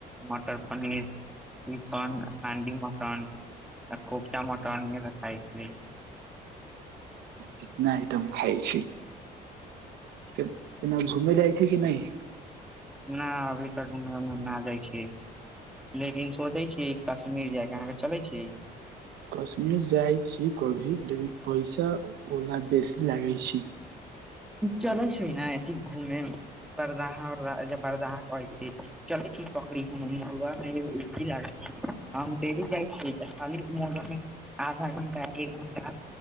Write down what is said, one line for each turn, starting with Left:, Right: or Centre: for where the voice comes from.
Centre: मटर पनीर ई अपन हंडी मटन ख कोफटा मटन भी बनाय छियै
Right: इतना आइटम खाइ छी केनो घूमे जाइ छी कि नहि
Centre: नहि अभी तक घुमे नहि जाइ छियै लेकिन सोचै छीयै कश्मीर जाय के अहाँके चले छी
Right: कश्मीर जाइ छी कभी लेकिन पैसा ओना बेसी लागे छै
Centre: चलै छै न अथि घूमे वरदहा उरदहा बरदाहा कहै छियै चलै छी पखड़ी घुमे मड़गा मे एगो एसी लागल छै हम डेली जाइ छीयै स्थी मुड़ा मे <unintelligible> आधा घंटा एक घंटा